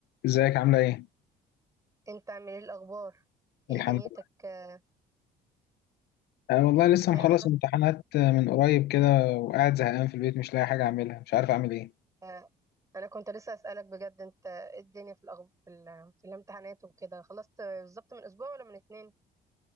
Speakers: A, on the left; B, on the right.
A: ازيك عاملة ايه؟
B: انت عامل ايه الاخبار ايه
A: الحمد
B: دنيتك
A: لله
B: آه،
A: انا والله لسه مخلص
B: ايه خلاص
A: امتحانات من قريب كده وقاعد زهقان في البيت مش لاقي حاجة اعملها مش عارف اعمل ايه
B: آه، انا كنت لسه اسالك بجد انت ايه الدنيا في الأخب... في, ال... في الامتحانات وكده خلصت بالظبط من اسبوع ولا من اتنين